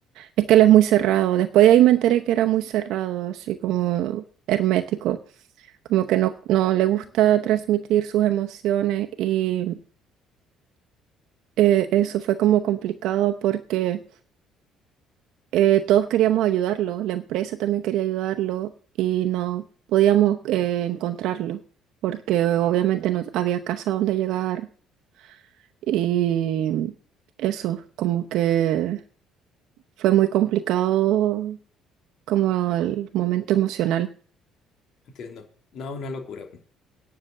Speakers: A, on the right; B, on the left.
A: es que él es muy cerrado. Después de ahí me enteré que era muy cerrado, así como hermético, como que no, no le gusta transmitir sus emociones y eh, eso fue como complicado porque eh, todos queríamos ayudarlo, la empresa también quería ayudarlo y no podíamos eh, encontrarlo porque obviamente no había casa donde llegar Y eso, como que fue muy complicado como el momento emocional.
B: entiendo. No, una locura. mm,